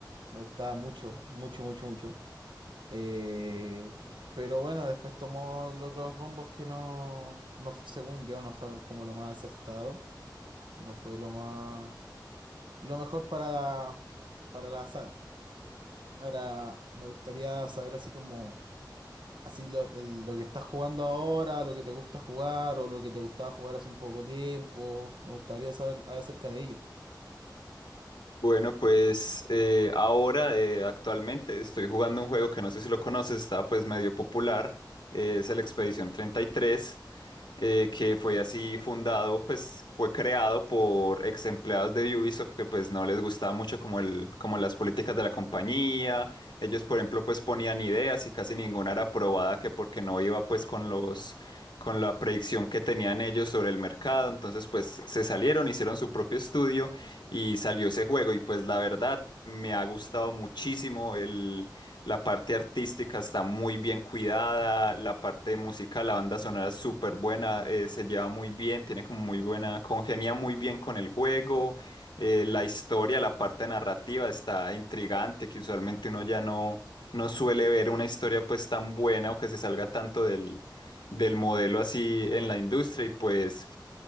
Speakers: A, on the right; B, on the left.
A: Me gustaba mucho, mucho, mucho, mucho. Eh, pero bueno, después tomó los otros rumbos que no, no, f- según yo, no fueron como lo más acertado, no fue lo más, lo mejor para la, para la saga. Ahora, me gustaría saber así como, así lo, el- lo que estás jugando ahora, lo que te gusta jugar o lo que te gustaba jugar hace un poco tiempo. Me gustaría saber acerca de ello.
B: Bueno, pues eh, ahora, eh, actualmente, estoy jugando un juego que no sé si lo conoces, está pues medio popular, eh, es el Expedición 33. eh, que fue así fundado, pues fue creado por ex empleados de Ubisoft que pues no les gustaba mucho como el, como las políticas de la compañía. Ellos, por ejemplo, pues ponían ideas y casi ninguna era aprobada que porque no iba pues con los con la predicción que tenían ellos sobre el mercado, entonces pues se salieron, hicieron su propio estudio y salió ese juego y pues la verdad me ha gustado muchísimo la parte artística está muy bien cuidada, la parte musical, la banda sonora es súper buena, eh, se lleva muy bien, tiene como muy buena, congenia muy bien con el juego, eh, la historia, la parte narrativa está intrigante, que usualmente uno ya no, no suele ver una historia pues tan buena o que se salga tanto del, del modelo así en la industria y pues...